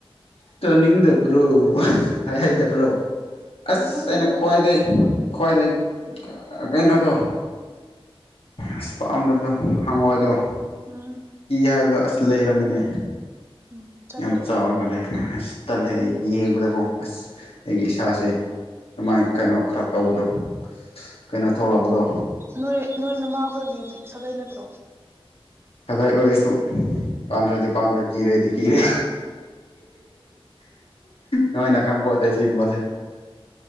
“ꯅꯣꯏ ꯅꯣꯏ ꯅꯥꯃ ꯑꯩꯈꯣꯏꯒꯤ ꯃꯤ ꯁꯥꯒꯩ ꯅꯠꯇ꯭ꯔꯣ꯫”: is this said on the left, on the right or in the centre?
Right